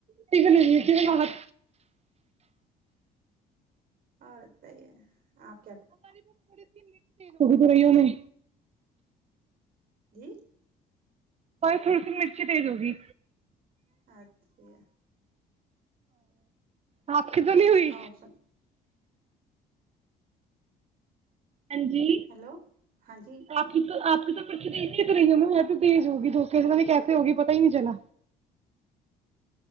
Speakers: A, on the right; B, on the right.
A: تیک نہیں ت میں بت
B: اور صحی ہے آپ <unintelligible>
A: ہماری تو تھوڑی سی توڑ تو رہی ہ میں
B: جی
A: اور تھوڑی سی مرچی دے د گی
B: اچھا
A: ہ آ ک تو نہیں ہوئی
B: اور سن
A: ہاں جی
B: ہیلو ہاں جی
A: آپ کی تو آپ چے تو رہی ہ نا میں تو تز ہوگی دھوکے سے نے کیسے ہوگی پتا ہی نہیں چلا